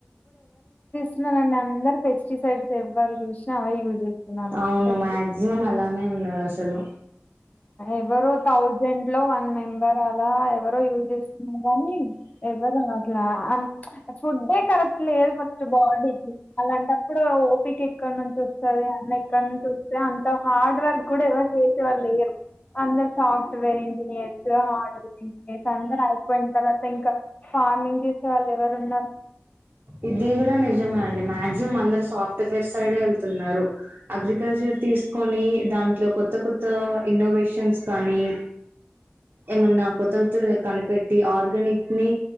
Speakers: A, on the left (about 35°); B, on the right (about 55°).
A: అవునండి అందరు పెస్టిసైడ్స్ ఎవ్వరు చూసినా అవే చేస్తున్నారు
B: అవును మాక్సిమం అలానే ఉన్నారు అసలు
A: ఎవరు థౌజండ్ లో వన్ మెంబర్ అలా ఎవరో యూజ్ చేస్తున్నారు గాని ఎవ్వరూ అనట్లా అం ఫుడ్డే కరెక్ట్లేదు ఫస్ట్ బాడి అలాంటప్పుడు ఓపిక ఎక్కడ నుంచి వస్తది అన్న ఎక్కడ నుంచి వస్తే అంత హార్డ్ వర్క్ కూడా ఎవరు చేయ లేరు అందరు సాఫ్ట్వేర్ ఇంజనీర్స్ హార్డ్వేర్ ఇంజనీర్స్ అందరు అయిపోయిన తర్వాత ఇంకా ఫార్మింగ్ చేసే వాళ్ళు ఎవరు ఉన్నారు
B: ఇది కూడా నిజమే అండి మ మాక్సిమం అందరు సాఫ్ట్వేర్ సైడ్ ఎళ్తున్నారు అగ్రికల్చర్ తీసుకొని దాంట్లో కొత్త కొత్త ఇన్నోవేషన్స్ కానీ ఏమన్నా కొత్త కొత్త కనిపెట్టి ఆర్గానిక్ ని